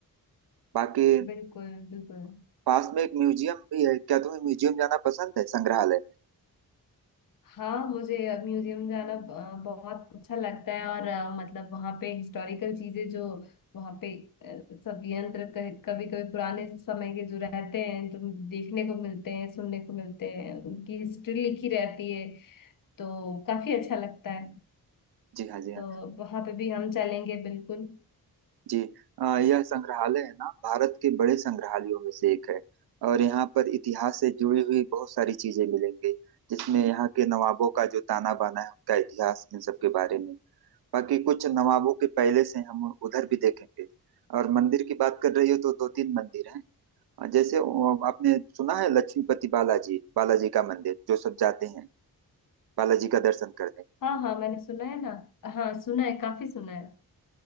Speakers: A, on the right; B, on the left.
A: बाकी
B: बिल्कुल बिल्कुल
A: पास में एक म्यूजियम भी है क्या तुम्हें म्यूजियम जाना पसंद है संग्रहालय में
B: हाँ मुझे म्यूजियम जाना अ, बहुत अच्छा लगता है और अ, मतलब वहाँ पे हिस्टोरिकल चीजें जो वहाँ पे अ, सब यंत्र कभी कभी पुराने समय के जो रहते हैं जो देखने को मिलते हैं सुनने को मिलते हैं उनकी हिस्ट्री लिखी रहती है तो काफी अच्छा लगता है
A: जी हाँ जी हाँ
B: तो वहाँ पे भी हम चलेंगे बिल्कुल
A: जी अ, यह संग्रहालय है ना भारत के बड़े संग्रहालयों में से एक है और यहाँ पर इतिहास से जुड़ी हुई बहुत सारी चीजें मिलेंगी जिसमें यहाँ के नवाबों का जो ताना बाना है उनका इतिहास इन सब के बारे में बाकी कुछ नवाबों के पहले से हम उधर भी देखेंगे और मंदिर की बात कर रही हो तो दो तीन मंदिर हैं अ, जैसे अ, आपने सुना है लक्ष्मीपति बालाजी बालाजी का मंदिर जो सब जाते हैं बालाजी का दर्शन करने
B: हाँ हाँ मैंने सुना है ना हाँ सुना है काफी सुना है